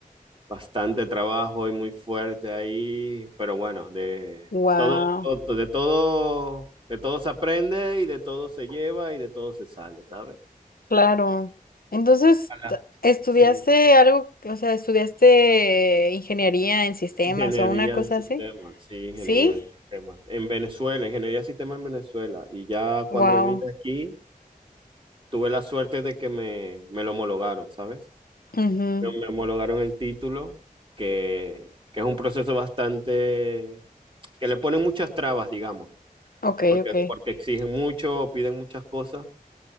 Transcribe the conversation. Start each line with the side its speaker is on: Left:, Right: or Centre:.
Right: bastante trabajo y muy fuerte ahí, pero bueno, de
Left: Wow.
Right: todo, todo- de todo, de todo se aprende y de todo se lleva y de todo se sale, ¿sabes?
Left: Claro. Entonces,
Right: Ala.
Left: t- ¿estudiaste
Right: Sí,
Left: algo, o sea, estudiaste ingeniería en sistemas
Right: ingeniería
Left: o una cosa
Right: de sistemas,
Left: así?
Right: sí, ingeniería
Left: ¿Sí?
Right: de sistemas. En Venezuela, ingeniería de sistemas en Venezuela. Y ya
Left: Wow.
Right: cuando vine aquí, tuve la suerte de que me, me lo homologaron, ¿sabes?
Left: Ujú.
Right: me, me homologaron el título, que, que es un proceso bastante, que le ponen muchas trabas, digamos,
Left: Ok,
Right: porque,
Left: ok.
Right: porque Sí. exigen mucho, piden muchas cosas